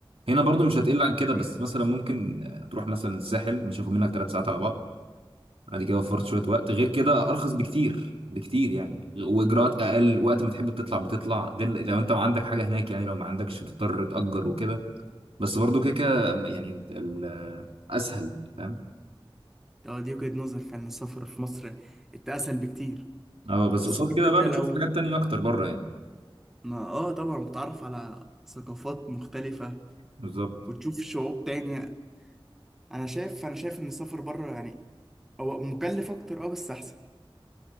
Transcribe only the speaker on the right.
هنا برضو مش هتقل عن كده
بس مثلا ممكن آه، تروح مثلا الساحل مش هياخد منك ثلاث ساعات على بعض بعد كده وفرت شوية وقت غير كده أرخص بكتير بكتير يعني وإجراءات أقل وقت ما تحب تطلع بتطلع غير لو أنت ما عندك حاجة هناك يعني لو ما عندكش بتضطر تأجر وكده بس برضو كده كده يعني ال- آه، أسهل فاهم
أه بس
قصاد
كده
بقى
بتشوف حاجات تانية أكتر بره يعني
بالظبط